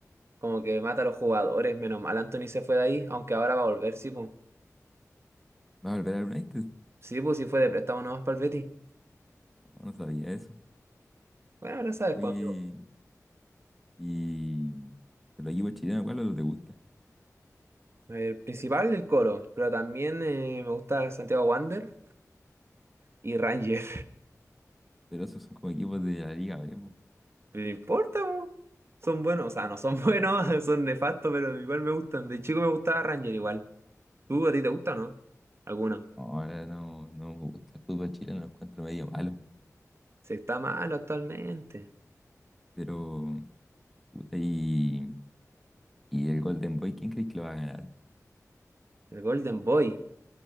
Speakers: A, on the right; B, in the centre.
A: Como que mata a los jugadores, menos mal Anthony se fue de ahí, aunque ahora va a volver, sí, pues.
B: ¿Va a volver al United?
A: Sí, pues, si fue de préstamo nomás para el Betis.
B: No, no sabía eso.
A: Bueno, ahora sabes,
B: Oye,
A: pues, amigo.
B: Y los equipos chilenos, ¿cuál no te gusta?
A: El principal, el Colo, pero también eh, me gusta Santiago Wander y Ranger.
B: Pero esos son como equipos de la Liga B, po.
A: <laughs> Pero no importa, po. Son buenos, o sea, no son <laughs> buenos, son nefastos, pero igual me gustan. De chico me gustaba Ranger igual. ¿Tú a ti te gusta o no? ¿Alguno?
B: Ahora no, no me gusta el fútbol chileno, lo encuentro medio malo.
A: Se está malo actualmente.
B: Pero, puta, y, y el Golden Boy, ¿quién crees que lo va a ganar?
A: El Golden Boy,